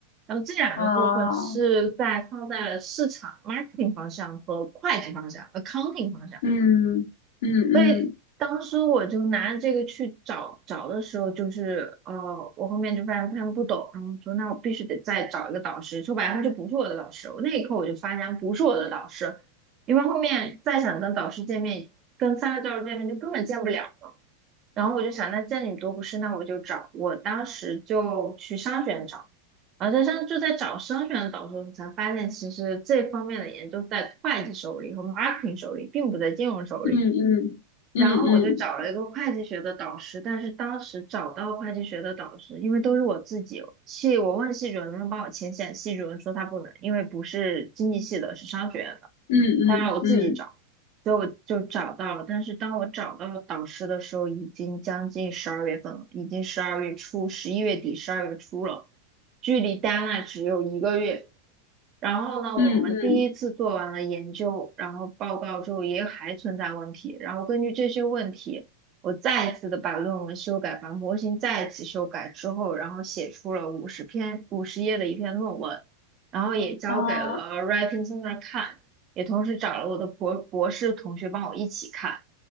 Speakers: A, on the right; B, on the left.
A: 然后这两个部分是在放在了市场
B: 啊、
A: marketing 方向和会计方向 accounting 方向。
B: 嗯嗯嗯
A: 所以当时我就拿着这个去找找的时候，就是呃，我后面就发现他们不懂，然后说那我必须得再找一个导师。说白了，他就不是我的导师。我那一刻我就发现不是我的导师，因为后面再想跟导师见面，跟三个教授见面就根本见不了了。然后我就想，那见你多不是，那我就找。我当时就去商学院找，然后在上就在找商学院的导师的时候，才发现其实这方面的研究在会计手里和 marketing 手里，并不在金融手里。
B: 嗯嗯嗯嗯
A: 然后我就找了一个会计学的导师，但是当时找到会计学的导师，因为都是我自己，系我问系主任能不能帮我牵线，系主任说他不能，因为不是经济系的，是商学院的。
B: 嗯嗯嗯嗯
A: 当然我自己找，所以我就找到了。但是当我找到了导师的时候，已经将近十二月份了，已经十二月初，十一月底，十二月初了。距离 d e a n e 只有一个月。然后呢，
B: 嗯嗯嗯。
A: 我们第一次做完了研究，然后报告之后也还存在问题，然后根据这些问题，我再一次的把论文修改，把模型再一次修改之后，然后写出了五十篇五十页的一篇论文，然后也交给了
B: 啊，
A: Writing Center 看，也同时找了我的博博士同学帮我一起看。